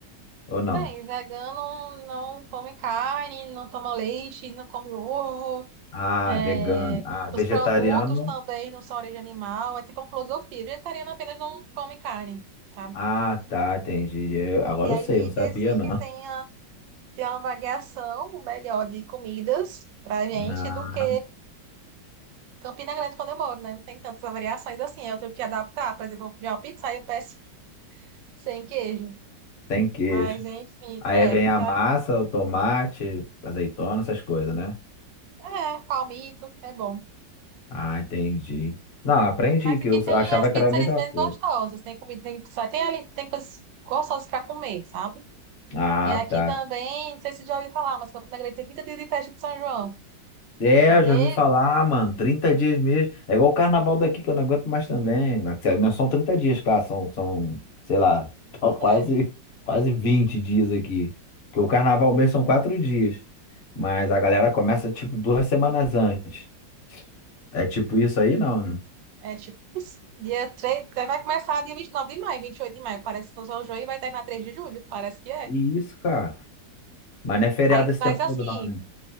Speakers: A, on the left; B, on the right.
A: Ou não?
B: Tem, vegano não come carne, não toma leite, não come ovo.
A: Ah,
B: É,
A: vegano. Ah, vegetariano.
B: os produtos também não são origem animal, é tipo uma filosofia. Vegetariano apenas não come carne, sabe?
A: Ah, tá, entendi. Eu- agora
B: E aí,
A: eu sei, eu não sabia
B: Recife
A: não.
B: tem, a, tem uma variação melhor de comidas pra gente
A: Ah,
B: do que Campina Grande, quando eu moro, né? Não tem tantas variações assim. Eu tenho que adaptar. Por exemplo, eu vou pedir uma pizza aí eu peço sem queijo.
A: tem queijo.
B: Mas, enfim,
A: Aí
B: é,
A: vem a
B: que
A: massa,
B: a-
A: o tomate, azeitona, essas coisas, né?
B: é, palmito, é bom.
A: Ah, entendi. Não, aprendi
B: Mas
A: que
B: aqui
A: eu
B: tem
A: eu achava
B: as pizzarias
A: que era a mesma
B: bem
A: coisa.
B: gostosas. Tem comida, tem pizza, tem ali, tem coisas gostosas pra comer, sabe?
A: Ah,
B: E aqui
A: tá.
B: também, não sei se já ouviu falar, mas Campina Grande tem 30 dias de festa de São João.
A: É,
B: De...
A: eu já ouvi falar, mano, 30 dias mesmo. É igual o carnaval daqui que eu não aguento mais também. Não são 30 dias, claro, são, são, sei lá, <laughs> tá quase,
B: É,
A: quase 20 dias aqui. Porque o carnaval mesmo são quatro dias. Mas a galera começa tipo duas semanas antes. É tipo isso aí, não, né?
B: é tipo isso. Dia 3, vai começar dia 29 de maio, 28 de maio, parece que São João, e vai terminar 3 de julho, parece que é.
A: E isso, cara. Mas não é feriado
B: Aí
A: esse
B: faz
A: tempo
B: assim,
A: todo, não, né?